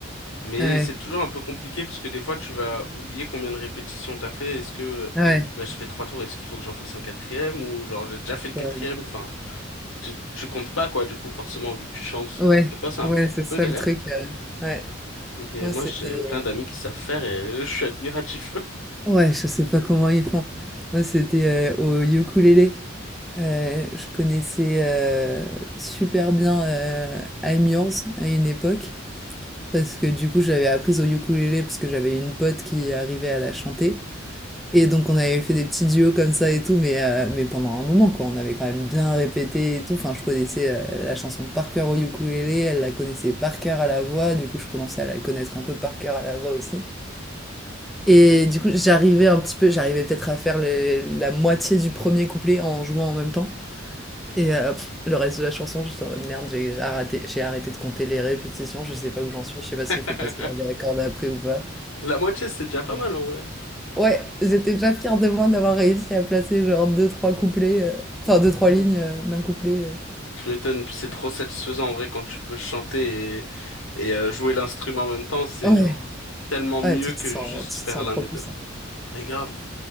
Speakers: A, on the left; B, in the centre.
A: Mais
B: ouais,
A: c'est toujours un peu compliqué puisque des fois tu vas oublier combien de répétitions t'as fait. Est-ce que
B: ouais,
A: bah, j'ai fait trois tours, est-ce qu'il faut que j'en fasse un quatrième ou genre j'ai déjà fait le quatrième?
B: ça-
A: Enfin, tu, tu comptes pas quoi du coup forcément vu que tu chantes.
B: ouais,
A: Donc des fois c'est un
B: ouais, c'est ça
A: peu galère.
B: le truc. euh, Ouais,
A: Mais
B: moi
A: moi
B: c'était.
A: j'ai plein
B: euh,
A: d'amis qui savent faire et je suis admiratif. <laughs>
B: Ouais, je sais pas comment ils font. Moi c'était euh, au ukulélé. Euh, je connaissais euh, super bien euh, I'm Yours à une époque. Parce que du coup, j'avais appris au ukulélé parce que j'avais une pote qui arrivait à la chanter. Et donc on avait fait des petits duos comme ça et tout, mais, euh, mais pendant un moment quoi, on avait quand même bien répété et tout. Enfin, je connaissais euh, la chanson par cœur au ukulélé, elle la connaissait par cœur à la voix, du coup je commençais à la connaître un peu par cœur à la voix aussi. Et du coup j'arrivais un petit peu, j'arrivais peut-être à faire le- la moitié du premier couplet en jouant en même temps. Et euh, le reste de la chanson, j'étais en mode merde, j'ai j'ai arrêté, j'ai arrêté de compter les répétitions, je sais
A: Mm.
B: pas où j'en suis, je sais pas s'il
A: <laughs>
B: faut passer à la corde après ou pas.
A: La moitié c'est déjà pas
B: Euh,
A: mal en vrai.
B: Ouais, j'étais déjà fière de moi d'avoir réussi à placer genre deux, trois couplets, euh, enfin
A: Mm.
B: deux, trois lignes euh, d'un couplet. euh.
A: Tu m'étonnes, puis c'est trop satisfaisant en vrai quand tu peux chanter et, et euh, jouer l'instrument en même temps. C'est
B: Ouais,
A: genre tellement mieux
B: ouais, tu
A: que
B: te sens,
A: juste
B: tu
A: faire
B: te sens
A: l'un
B: trop
A: des
B: puissant.
A: deux. Mais grave.